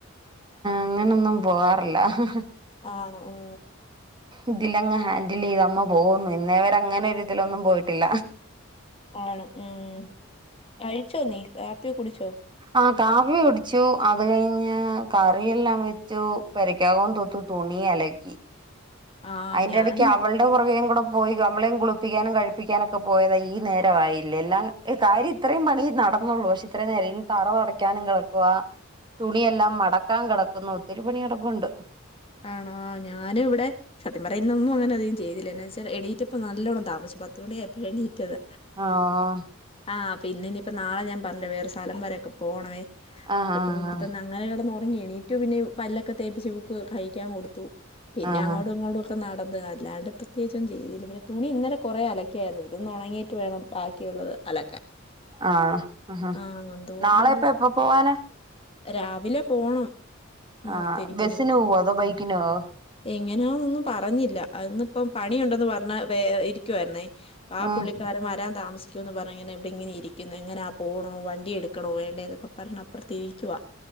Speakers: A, on the right; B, on the left.
A: അങ്ങനൊന്നും പോവാ. ഇല്ല ഹ് ഹ് ഹ
B: ആഹ് ഉം
A: ഇതിലങ്ങു ഹാൻഡിൽ ചെയ്തമ്മ പോകന്നു ഇന്നേവ അങ്ങനെ ഒരു ഇതിലൊന്നും പോയിട്ടില്ല.
B: ആണ് ഉം കഴിച്ചോ നീ കാപ്പി കുടിച്ചോ.
A: ആ കാപ്പി കുടിച്ചു അത് കഴിഞ്ഞ് കറിയെല്ലാം വെച്ചു പുരക്കകം തുത്തു തുണി അലക്കി.
B: ആഹ്
A: അതിന്റെ
B: ഞാൻ
A: ഇടയ്ക്ക് അവളുടെ പുറകേ കൂടെ പോയി അവളെളേം കുളിപ്പിക്കാനും കഴിപ്പിക്കാനൊക്കെ പോയതാ ഈ നേരയില്ലേ എല്ലാം കാര്യം ഇത്രയും പണി നടന്നള്ളൂ പക്ഷെ ഇത്രയും നേരം ഇനി തറ തുൊടയ്ക്കാനും കിടക്കുവ തുണിയെല്ലാം മടക്കാൻ കിടക്കുന്ന ഒത്തിരി പണി കടപ്പുണ്ട്.
B: ആണോ ഞാനും ഇവിടെ സത്യം പറഞ്ഞാൽ അങ്ങനെ അധികം ചെയ്തില്ല എന്നുവെച്ചാൽ ഡി ഇപ്പോ നല്ലോണം താമസിച്ചു. തുണയാ പണീറ്റത്.
A: ആഹ്
B: ആഹ് പിന്നെ ഇനി ഇപ്പോൾ നാളെ ഞാൻ പറഞ്ഞില്ലെ വേറെ സ്ഥലം വരെൊക്കെ പോണമേ
A: ആഹ്
B: അപ്പൊ
A: ആഹ്
B: പിന്നെ ഇവിടെ തന്നെ അങ്ങനെ ഉറങ്ങിയെണ്ണിറ്റു പിന്നെ പല്ലൊക്കെ തേപ്പിച്ച അവള്ക്ക് കഴിക്കാൻ കൊടുത്തു പിന്നെ
A: ആഹ്
B: അങ്ങോട്ടും ഇങ്ങോടും ഒക്കെ നടന്ന അത് അല്ലാണ്ട് പ്രത്യേകിച്ചും ചെയ്തില്ല പിന്നെ തുണി ഇന്നലെ കുറെ അലക്ക ആയിരുന്നു ഇതൊന്ന് ഉണങ്ങിയിട്ട് വേണം ബാക്കിയുള്ളത് അലക്കാൻ
A: ആഹ ഉം.
B: ആ അതുകൊണ്ട്
A: നാളെ
B: പിന്നെ
A: ഇപ്പോ എപ്പോ പോവാനാ
B: രാവിലെ പോണം
A: ആഹ്
B: ഓർത്തിരിക്കുന്നു
A: ബസിന് പോവോ അതോ ബൈക്കിന് പോവോ
B: എങ്ങനെയാക്കും പറഞ്ഞില്ല ഇന്നിപ്പോ പണിയുണ്ടന്ന് പറഞ്ഞ വേറെ ഇരിക്കുവായിരുന്നേ ങ്ങേ ആ
A: ആഹ്
B: പുള്ളിക്കാരും വരാൻ താമസിക്കുവ എന്ന് പറഞ്ഞ ഇങ്ങനെ ഇവിടെ ഇങ്ങനെ ഇരിക്കുന്നു ഇങ്ങനെ പോണോ വണ്ടി എടുക്കണോ വേണ്ടേ എന്നൊക്കെ പറഞ്ഞ അപ്പുറതിരിക്കുവാ